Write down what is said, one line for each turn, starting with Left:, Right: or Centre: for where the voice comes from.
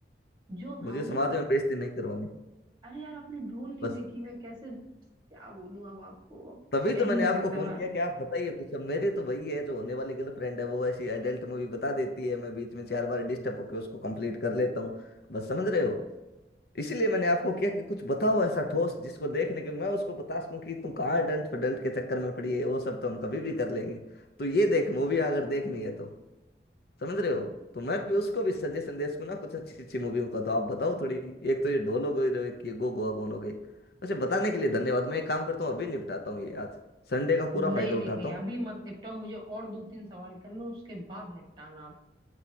Right: जो
Left: मुझे
Right: हमें
Left: समाज
Right: आप
Left: में बेइज्जती नहीं करवानी
Right: अरे यार आपने ढोल नहीं
Left: बस
Right: देखी मैं कैसे क्या बोलूं अब आपको अब कुछ
Left: तभी
Right: कह
Left: तो
Right: ही
Left: मैंने
Right: नहीं
Left: आपको
Right: सकता
Left: फोन
Right: मैं
Left: किया कि आप बताइए कुछ अब मेरी तो वही है जो होने वाली गर्लफ्रेंड है वो ऐसी एडल्ट मूवी बता देती है मैं बीच में चार बार डिस्टर्ब होकर उसको कंप्लीट कर लेता हूँ बस समझ रहे हो इसीलिए मैंने आपको किया कि कुछ बताओ ऐसा ठोस जिसको देखने के मैं उसको बता सकूं कि तुम कहाँ डल्ट फडल्ट के चक्कर में पड़ी है वो सब तो हम कभी भी कर लेंगे तो ये देख मूवी अगर देखनी है तो समझ रहे हो तो मैं भी उसको भी सजेशन दे सकूं ना कुछ अच्छी अच्छी मूवियों का तो आप बताओ थोड़ी एक तो ये ढोल हो गई तो एक ये गो गोवा कौन हो गई वैसे बताने के लिए धन्यवाद मैं एक काम करता हूँ अभी निपटाता हूँ ये आज संडे का पूरा
Right: नहीं
Left: फायदा उठाता
Right: नहीं नहीं
Left: हूँ
Right: अभी मत निपटाओ मुझे और दो तीन सवाल करना उसके बाद निपटाना आप